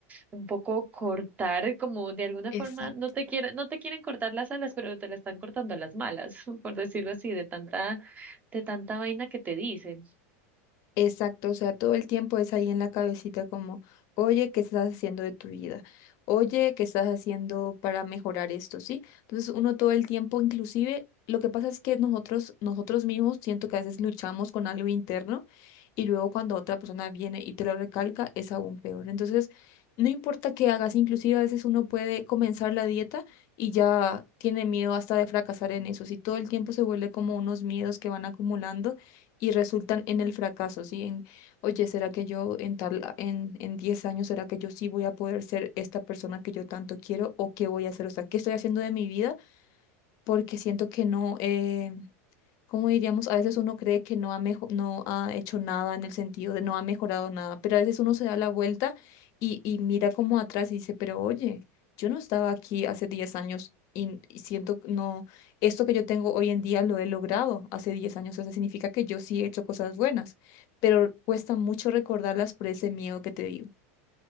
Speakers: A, on the right; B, on the left.
A: un poco cortar, como de alguna
B: Exacto.
A: forma no te quieren, no te quieren cortar las alas, pero te la están cortando a las malas, <laughs> por decirlo así, de tanta, de tanta vaina que te dicen.
B: Exacto, o sea, todo el tiempo es ahí en la cabecita como, oye, ¿qué estás haciendo de tu vida? Oye, ¿qué estás haciendo para mejorar esto? ¿Sí? Entonces uno todo el tiempo, inclusive, lo que pasa es que nosotros, nosotros mismos siento que a veces luchamos con algo interno y luego cuando otra persona viene y te lo recalca es aún peor. Entonces, no importa qué hagas, inclusive a veces uno puede comenzar la dieta y ya tiene miedo hasta de fracasar en eso. Si todo el tiempo se vuelve como unos miedos que van acumulando y resultan en el fracaso, ¿sí? En, oye, ¿será que yo en tal, a- en, en 10 años, ¿será que yo sí voy a poder ser esta persona que yo tanto quiero o qué voy a hacer? O sea, ¿qué estoy haciendo de mi vida? Porque siento que no, eh, como diríamos, a veces uno cree que no ha, mejo- no ha hecho nada en el sentido de no ha mejorado nada, pero a veces uno se da la vuelta y, y mira como atrás y dice, pero oye, yo no estaba aquí hace 10 años y, y siento, que no, esto que yo tengo hoy en día lo he logrado hace 10 años, o sea, significa que yo sí he hecho cosas buenas, pero cuesta mucho recordarlas por ese miedo que te digo.